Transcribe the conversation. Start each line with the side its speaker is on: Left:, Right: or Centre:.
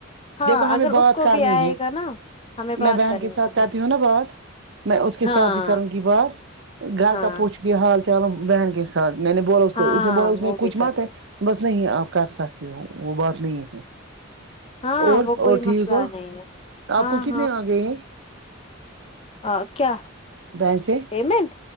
Left: ہاں
Right: دیکھو ہمیں
Left: اگر
Right: بات
Left: اس کو
Right: کرنی
Left: بھی آئے
Right: ہے
Left: گا نا ہمیں بات
Right: میں بہن
Left: کرنی
Right: کے ساتھ
Left: ہے
Right: کرتی
Left: ہاں
Right: ہوں نا بات میں اس کے ساتھ
Left: ہاں
Right: بھی کروں گی بات گھر
Left: ہاں
Right: کا پوچھ بھی حال چال بہن کے ساتھ س میں نے بولا اس
Left: ہاں
Right: کو اس نے بولا
Left: وہ
Right: اس میں
Left: بھی
Right: کچھ
Left: کر
Right: مات ہے
Left: سک
Right: بس نہیں آپ کر سکتے ہو وہ بات نہیں ہے
Left: ہاں
Right: اور
Left: وہ
Right: اور
Left: کوئی
Right: ٹھیک
Left: مسئلہ
Right: ہو
Left: نہیں ہے
Right: آپ
Left: ہاں
Right: کو کتنے آ گئے ہیں
Left: کیا کیا
Right: بس
Left: پیمنٹ